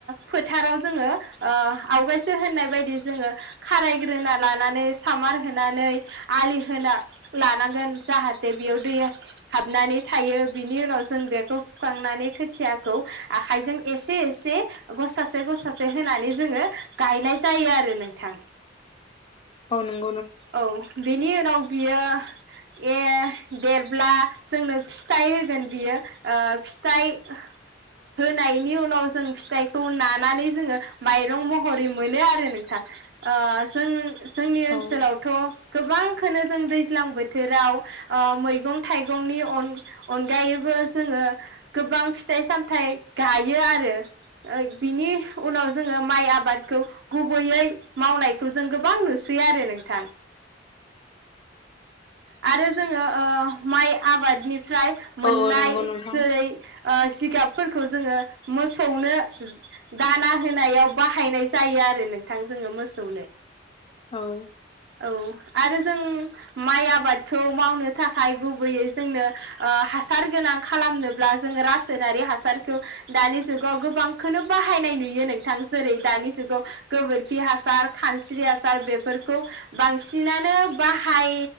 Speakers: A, on the right (about 65°); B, on the left (about 30°).
A: फोथाराव जोङो आवगायसो होननाय बायदि जोङो खारायग्रोना लानानै सामार होनानै आलि होना लानांगोन जाहाथे बेयाव दै हाबनानै थायो बिनि उनाव जों बेखौ फुखांनानै खोथियाखौ आखाइजों एसे एसे गसासे गसासे होनानै जोंङो गायनाय जायो आरो नोंथां।
B: अ नों
A: औ बेनि उनाव बियो ए देरब्ला जोंनो फिथाइ होगोन बियो फिथाइ ओ होनायनि उनाव जों फिथाइखौ नानानै जोंङो माइरं महरै मोनो आरो नोंथां। ओ जों जोंनि ओनसोलाव
B: औ
A: गोबांखोनो जों दैज्लां बोथोराव ओ मैगं थाइगंनि अन-अनगायैबो जोङो गोबां फिथाइ सामथाइ गायो आरो ओ बिनि उनाव जोङो माइ आबादखौ गुबैयै मावनायखौ जों गोबां नुसै आरो नोंथां। आरो जोंङो ओ माइ आबादनि फ्राय मोननाय
B: औ औ नंगौ नोंथां
A: जेरै ओ जिगाबफोरखौ जोंङो मोसौनो दाना होनायाव बाहायनाय जायो आरो नोंथां जोङो मोसौनो।
B: औ।
A: औ आरो जों माइ आ बादखौ मावनो थाखाय गुबैयै जोंनो ओ हासार गोनां खालामनोब्ला जोंङो रासायनारि हासारखौ दानि जुगाव गोबांखोनो बाहायनाय नुयो नोंथां जेरै दानि जुगाव गोबोरखि हासार खानस्रि हासार बेफोरखौ बांसिनानो बाहाय